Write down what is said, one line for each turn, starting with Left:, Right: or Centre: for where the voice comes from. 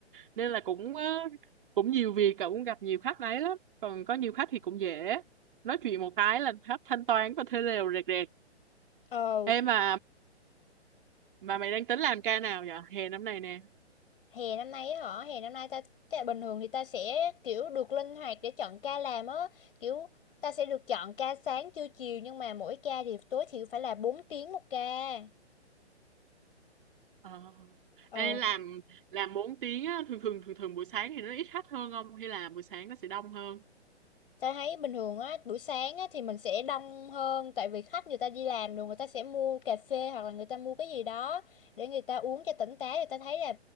Right: nên là cũng ờ, cũng nhiều việc cậu cũng gặp nhiều khách đấy lắm còn có nhiều khách thì cũng dễ nói chuyện một cái là khách thanh toán và thuê lều rẹt rẹt
Left: ờ
Right: ê mà mà mày đang tính làm ca nào vậy hè năm này nè
Left: hè năm nay á hả hè năm nay ta ta bình thường thì ta sẽ kiểu được linh hoạt để chọn ca làm á kiểu ta sẽ được chọn ca sáng trưa chiều nhưng mà mỗi ca thì tối thiểu phải là 4 tiếng một ca
Right: ờ.
Left: Ờ
Right: ê làm làm 4 tiếng á, thường thường thường thường buổi sáng thì nó ít khách hơn không hay là buổi sáng nó sẽ đông hơn
Left: Ta thấy bình thường á, buổi sáng á, thì mình sẽ đông hơn tại vì khách người ta đi làm rồi người ta sẽ mua cà phê hoặc là người ta mua cái gì đó để người ta uống cho tỉnh táo thì ta thấy là